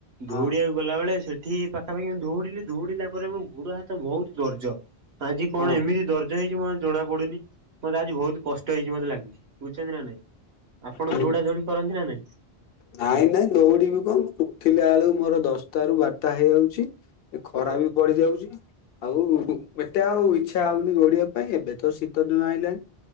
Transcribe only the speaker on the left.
ହଁ
ହଁ
ହୁଁ
ନାଇଁ ନାଇଁ ଦୌଡିବି କଣ ଉଠିଲା ବେଳୁ ମୋର ଦଶଟା ରୁ ବାରଟା ହେଇଯାଉଚି। ଏ ଖରା ବି ପଡିିଯାଉଚି। ଆଉ ହୁଁ ଏତେ ଆଉ ଇଛା ହଉନି ଦୌଡିବା ପାଇଁ ଏବେ ତ ଶୀତଦିନ ଆଇଲାଣି।